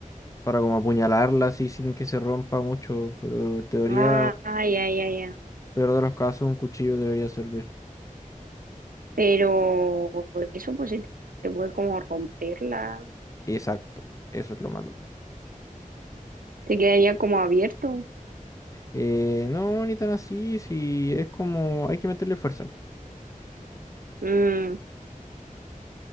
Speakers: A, on the left; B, on the right.
A: para como apuñalarla así sin que se rompa mucho, pero en teoría,
B: Ah, ya, ya, ya.
A: peor de los casos, un cuchillo debería servir.
B: Pero eso pues se te puede como romperla
A: Exacto, eso es lo malo.
B: Te quedaría como abierto.
A: Eh, no, ni tan así, sí, es como... Hay que meterle fuerza.
B: Mm,